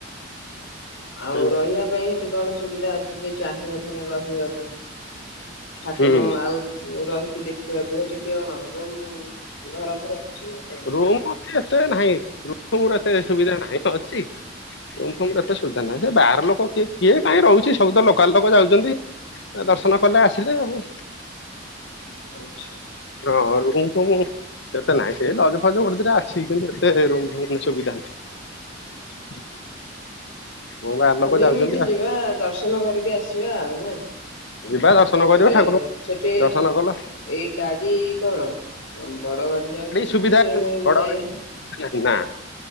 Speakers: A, on the left (about 85°); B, on the left (about 65°).
A: ଆଉ
B: ସେଇ
A: ରହିବା ପାଇଁ? ଏଠି କଣ ସୁବିଧା ଅଛି ଯେ ଚାହିଁବ ଧର ରହିବାକୁ? ଠାକୁର
B: ହୁଁ
A: ଆଉ ରହି <unintelligible> ଦେଖିବାକୁ ଟିକେ କଣ ରୁମ୍ ଘର ଫର ଅଛି ନା କଣ?
B: ରୁ ରୁମ୍ ଏତେ ନାହିଁ ରୁମ୍ ର ଏତେ ସୁବିଧା ନାହିଁ ଅଛି। ରୁମଫୁମ୍ ଏତେ ସୁବିଧା ନାହିଁ ସେ ବାହାର ଲୋକ କିଏ କିଏ କାହିଁ ରହୁଛି ସବୁ ତ ଲୋକାଲ୍ ଲୋକ ଯାଉଛନ୍ତି ଦର୍ଶନ କଲେ ଆସିଲେ ଆଉ।
A: ଆଚ୍ଛା।
B: ହଁ ରୁମଫୁମ୍ ଏତେ ନାଇଁ ସେ ଲଜଫଜ୍ ଗୋଟେ ଦିଟା ଅଛି କିନ୍ତୁ ଏତେ ରୁମଫୁମ୍ ସୁବିଧା ନାହିଁ। ହଁ ବାହାର ଲୋକ
A: ଖାଲି
B: ଯାଉଛନ୍ତି
A: ଏମିତି
B: ଆଉ
A: ଯିବା ଦର୍ଶନ କରିକି ଆସିବା ଆଉ ନା।
B: ଯିବା ଦର୍ଶନ
A: କୋଉଥିରେ
B: କରିବ ଠାକୁର
A: ସେଠି
B: ଦର୍ଶନ କଲ
A: ଏଇ ଗାଡି କଣ ବଡ ଗାଡି ଯାଉଛି ନା
B: ସୁବିଧା
A: ଟ୍ରେନରେ
B: ବଡ
A: ବି ଯାଇହବ?
B: ଗାଡି ନା,